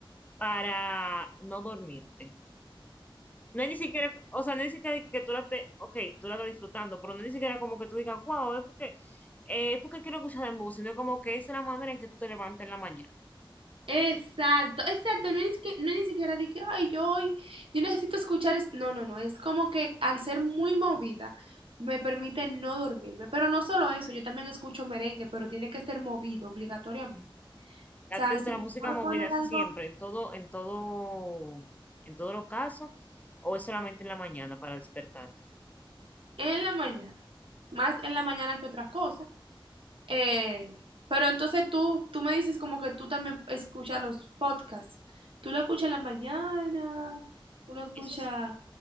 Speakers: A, on the left; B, on the right.
A: para no dormirte. No es ni siquiera, o sea, no es ni siquiera que, que tú la te, ok, tú la estás disfrutando, pero no es ni siquiera como que tú digas, wow, es porque, eh, es porque quiero escuchar de música, sino como que esa es la manera en que tú te levantas en la mañana.
B: Exacto, exacto, no es que no es ni siquiera de que, ay, yo hoy, yo necesito escuchar, es-". no, no, no, es como que al ser muy movida me permite no dormirme, pero no solo eso, yo también escucho merengue, pero tiene que ser movido obligatoriamente.
A: A
B: O sea,
A: ti te gusta
B: si
A: la música
B: voy a
A: movida
B: poner
A: siempre,
B: algo
A: en todo, en todo, en todos los casos, o es solamente en la mañana para despertarte.
B: en la mañana, más en la mañana que otra cosa, eh, pero entonces tú, tú me dices como que tú también escuchas los podcasts, tú lo escuchas en la mañana, tú lo escuchas...
A: Eso es,